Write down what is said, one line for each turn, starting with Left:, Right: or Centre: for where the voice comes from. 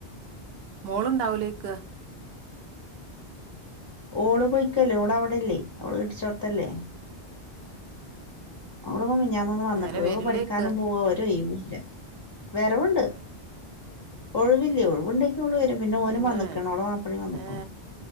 Right: മോളുണ്ടാവലേക്ക്
Left: ഓള് പോയിക്കല്ലേ ഓളവിടല്ലേ അവള് കെട്ടിച്ചോർത്തല്ലേ അവിടെ മിഞ്ഞെന്ന് വന്നിട്ട്
Right: മേലെ
Left: ള്ളുപഠിക്കാനും
Right: വരില്ലേക്ക്
Left: പോ ഒരൈയവ ല വരവുണ്ട് ഒഴിവില്ലേ ഒഴിവുണ്ട് വരും പിന്നെ ഓനും
Right: തന്നെ
Left: വന്നക്ണ് ഓള മാപ്പളി വന്നക്കുണ
Right: ഏ